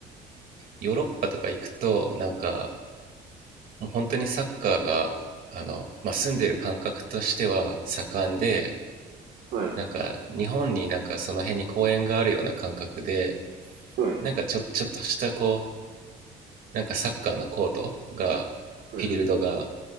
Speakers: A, on the right; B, on the right.
A: ヨーロッパとか行くと、なんか、もう本当にサッカーがあの、まあ、住んでる感覚としては盛んで
B: はい。
A: なんか日本になんかその辺に公園があるような感覚で
B: はい。
A: なんかちょ、ちょっとしたこうなんかサッカーのコートがフィールドが
B: はい。